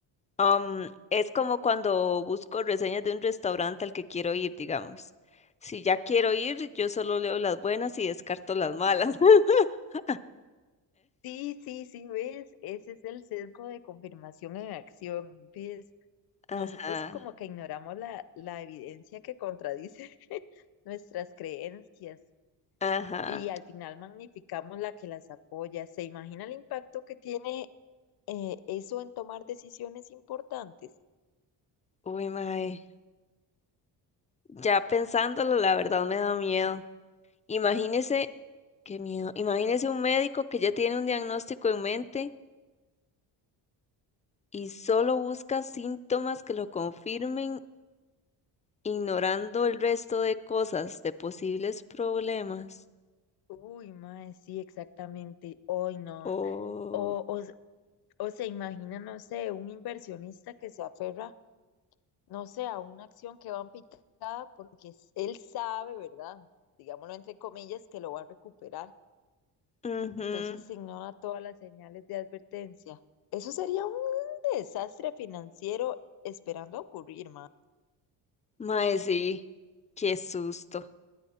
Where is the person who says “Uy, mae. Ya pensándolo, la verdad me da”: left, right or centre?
Left